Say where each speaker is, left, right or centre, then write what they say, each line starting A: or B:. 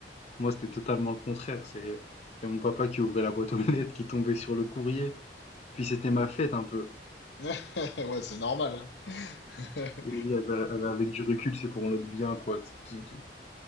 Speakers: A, on the left; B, on the left.
A: Moi, c'était totalement le contraire. C'est, c'est mon papa qui ouvrait la boîte aux lettres, qui tombait sur le courrier. Puis c'était ma fête un peu.
B: <laughs> Ouais, c'est normal, hein.
A: Et oui, avec avec du recul, c'est pour notre bien, quoi. Tout- tout-